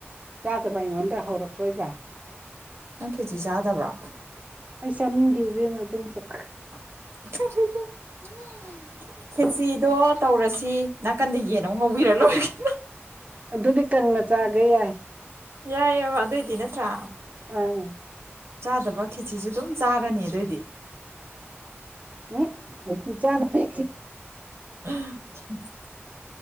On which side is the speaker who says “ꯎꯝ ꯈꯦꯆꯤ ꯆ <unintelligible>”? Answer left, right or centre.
Right